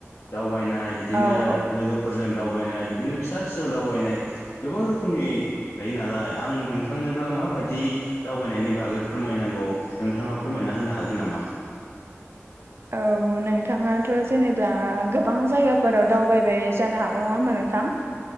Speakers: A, on the left; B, on the right.
A: दावबायनाय बिदिनो
B: औ औ
A: लोगोफोरजों दावबायनाय बिदिनो फिसा फिसौ दावबायनाय गोबां रोखोमनि थायो नालाय आं नोंथांनोबा माबायदि दावबायनायनि बागै फोरमायनांगौ नोंथाङा फोरमायना होनो हागोन नामा?
B: औ नोंथाङाथ' जेनेबा गोबां जायगा फोराव दावबायबाय जानो हागौ नङा होमबा नोंथां?